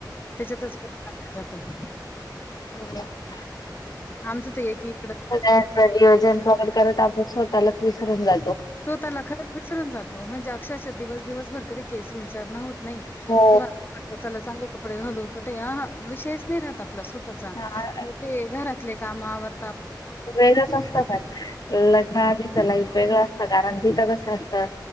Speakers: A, on the left; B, on the left.
A: त्याच्यातच वेळ <unintelligible> जात. त.
B: <unintelligible>
A: आमचं त एक ही
B: नियोजन काढ परत आपण स्वतः लाच विसरून जात
A: स्वतः ला खरच विसरून जात. तो म्हणजे अक्षरशा दिवस दिवसभर कधी केस विंचरन होत नाही
B: हो
A: किंवा चला चांगले कपडे घालू कुठे अह विषयच नइ रात पला स्वतः चा
B: हा,
A: मग ते घरातले कामं आवर
B: वेगळंच असत पण लग्न आधीच लाईफ वेगळं! पगारण तिथगत ह् ह्